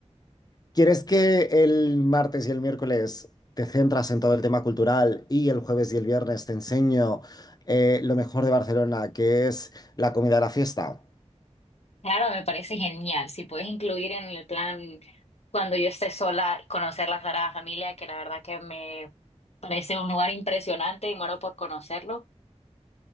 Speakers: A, on the left; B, on the left.
A: ¿Quieres que el martes y el miércoles te centras en todo el tema cultural y el jueves y el viernes te enseño eh, lo mejor de Barcelona, que es la comida de la fiesta?
B: Claro, me parece genial. Si puedes incluir en el plan cuando yo esté sola, conocer la Sagrada Familia, que la verdad que me parece un lugar impresionante y muero por conocerlo.